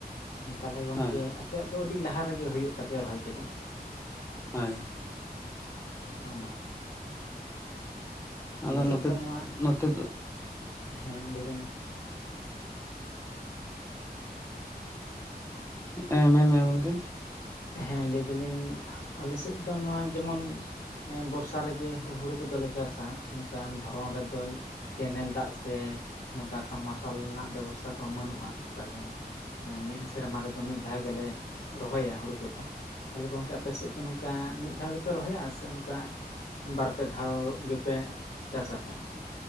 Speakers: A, on the left (about 60°); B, on the left (about 15°).
A: ᱛᱟᱦᱚᱞᱮ ᱜᱚᱝᱠᱮ
B: ᱦᱮᱸ
A: ᱟᱯᱮᱭᱟᱜ ᱫᱚ ᱟᱹᱰᱤ ᱞᱟᱦᱟ ᱨᱮᱜᱮ ᱦᱩᱭᱩᱜ ᱛᱟᱯᱮᱭᱟ ᱨᱚᱦᱚᱭ ᱠᱚᱫᱚ,
B: ᱦᱳᱭ
A: ᱦᱳ
B: ᱟᱫᱚ
A: ᱪᱮᱫ
B: ᱱᱚᱛᱮ
A: ᱫᱚ ᱱᱚᱣᱟ
B: ᱱᱚᱛᱮ ᱫᱚ
A: ᱦᱮᱸ ᱞᱟᱹᱭᱵᱮᱱ
B: ᱦᱮᱸ ᱢᱮᱱᱢᱮ ᱜᱚᱝᱠᱮ
A: ᱦᱮᱸ ᱞᱟᱹᱭ ᱫᱟᱞᱤᱧ ᱟᱞᱮᱥᱮᱫ ᱫᱚ ᱱᱚᱣᱟ ᱡᱮᱢᱚᱱ ᱦᱮᱸ ᱵᱚᱨᱥᱟ ᱨᱮᱜᱮ ᱦᱩᱲᱩ ᱠᱚᱫᱚᱞᱮ ᱪᱟᱥᱟ ᱱᱚᱝᱠᱟᱱ ᱫᱷᱚᱨᱚᱱ ᱨᱮᱫᱚ ᱠᱮᱱᱮᱞ ᱫᱟᱜ ᱥᱮ ᱱᱚᱝᱠᱟ ᱥᱟᱵᱽ ᱢᱟᱨᱥᱟᱞ ᱨᱮᱱᱟᱜ ᱵᱮᱵᱚᱥᱛᱷᱟ ᱠᱚᱦᱚᱸ ᱵᱟᱹᱱᱩᱜᱼᱟ ᱛᱟᱦᱚᱞᱮ ᱦᱮᱸ ᱢᱤᱫ ᱥᱮᱨᱢᱟ ᱨᱮᱫᱚ ᱢᱤᱫ ᱫᱷᱟᱣ ᱜᱮᱞᱮ ᱨᱚᱦᱚᱭᱟ ᱦᱩᱲᱩ ᱠᱚᱫᱚ ᱛᱟᱦᱚᱞᱮ ᱜᱚᱝᱠᱮ ᱟᱯᱮ ᱥᱮᱫ ᱫᱚ ᱱᱚᱝᱠᱟ ᱢᱤᱫ ᱫᱷᱟᱣ ᱜᱮᱯᱮ ᱨᱚᱦᱚᱭᱟ ᱥᱮ ᱱᱚᱝᱠᱟ ᱵᱟᱨᱯᱮ ᱫᱷᱟᱣ ᱜᱮᱯᱮ ᱪᱟᱥᱟᱯᱮ